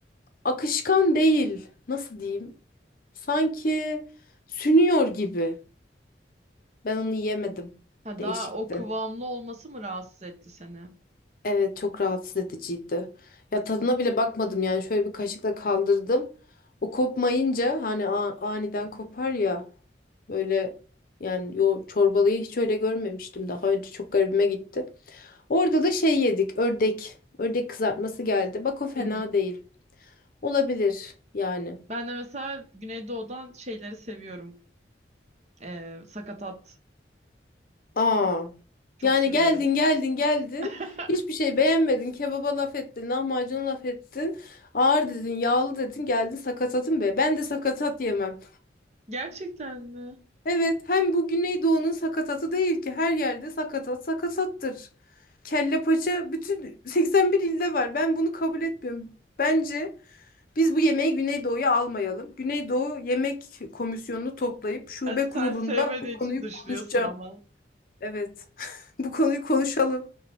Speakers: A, on the left (about 50°); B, on the right (about 40°).
A: akışkan değil. Nasıl diyeyim? Sanki sünüyor gibi. Ben onu yemedim.
B: Ha,
A: Değişikti.
B: daha o kıvamlı olması mı rahatsız etti seni?
A: Evet çok rahatsız ediciydi. Ya tadına bile bakmadım yani şöyle bir kaşıkla kaldırdım. O kopmayınca hani a- aniden kopar ya böyle yani yo çorbalıyı hiç öyle görmemiştim daha önce çok garibime gitti. Orada da şey yedik ördek. Ördek kızartması geldi. Bak o fena
B: Hı hı.
A: değil. Olabilir yani.
B: Ben de mesela Güneydoğu'dan şeyleri seviyorum. Ee, sakatat.
A: Aa.
B: Çok
A: Yani
B: severim.
A: geldin geldin geldin
B: <laughs>
A: hiçbir şey beğenmedin kebaba laf ettin lahmacuna laf ettin ağır dedin yağlı dedin geldin sakatatın be ben de sakatat yemem.
B: Gerçekten mi?
A: Evet hem bu Güneydoğu'nun sakatatı değil ki her yerde sakatat sakatattır. Kelle paça bütün <laughs> 81 ilde var ben bunu kabul etmiyorum. Bence biz bu yemeği Güneydoğu'ya almayalım. Güneydoğu Yemek Komisyonu'nu toplayıp şube
B: Ha, Sen
A: kurulunda
B: sevmediğin
A: bu konuyu
B: için dışlıyorsun
A: konuşacağım.
B: ama.
A: Evet. <laughs> Bu konuyu konuşalım.